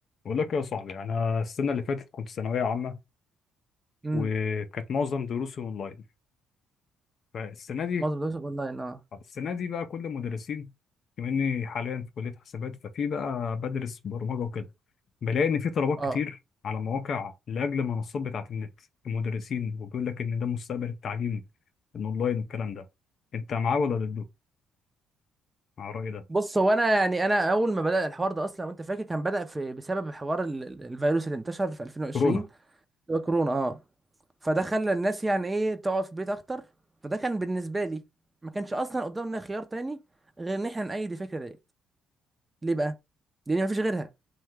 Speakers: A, on the left; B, on the right.
A: بقول لك يا صاحبي انا السنه اللي فاتت كنت ثانويه عامه
B: امم
A: وكانت معظم دروسي اونلاين فالسنه دي
B: معظم دروس اونلاين اه
A: السنه دي بقى كل المدرسين بما اني حاليا في كليه حسابات ففي بقى بدرس برمجه وكده بلاقي ان في طلبات
B: اه
A: كتير على مواقع لاجل المنصات بتاعه النت المدرسين وبيقول لك ان ده مستقبل التعليم الاونلاين والكلام ده انت معاه ولا ضده مع الراي ده
B: بص هو انا يعني انا اول ما بدأ الحوار ده اصلا وانت فاكر كان بدأ في بسبب حوار ال- ال- الفيروس اللي انتشر في 2020
A: كورونا
B: اللي هو كورونا اه فده خلى الناس يعني ايه تقعد في البيت اكتر فده كان بالنسبه لي ما كانش اصلا قدامنا خيار تاني غير ان احنا نأيد الفكره ديت ليه بقى لان مفيش غيرها